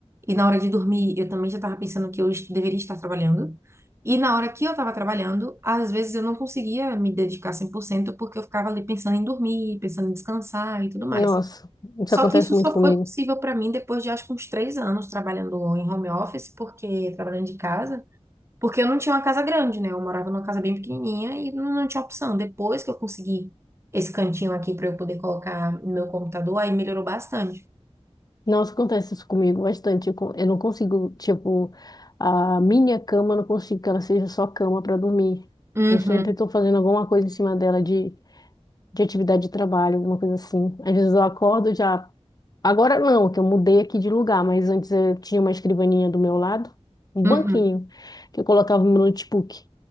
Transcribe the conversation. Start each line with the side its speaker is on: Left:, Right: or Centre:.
Right: E na hora de dormir, eu também já estava pensando que eu est- deveria estar trabalhando. E na hora que eu estava trabalhando, às vezes eu não conseguia me dedicar 100% porque eu ficava ali pensando em dormir, pensando em descansar e tudo mais.
Left: Nossa, isso
Right: Só
Left: acontece
Right: que isso só
Left: muito comigo.
Right: foi possível para mim depois de acho que uns três anos trabalhando em home office, porque trabalhando de casa, porque eu não tinha uma casa grande, né? Eu morava numa casa bem pequenininha e não, não tinha opção. Depois que eu consegui esse cantinho aqui para eu poder colocar no meu computador, aí melhorou bastante.
Left: Nossa, acontece isso comigo bastante. Eu con- eu não consigo, tipo, a minha cama, eu não consigo que ela seja só cama para dormir.
Right: Uhum,
Left: Eu sempre tô fazendo alguma coisa em cima dela de de atividade de trabalho, alguma coisa assim. Às vezes eu acordo já. Agora não, que eu mudei aqui de lugar, mas antes eu tinha uma escrivaninha do meu lado, um
Right: uhum,
Left: banquinho, que eu colocava meu notebook.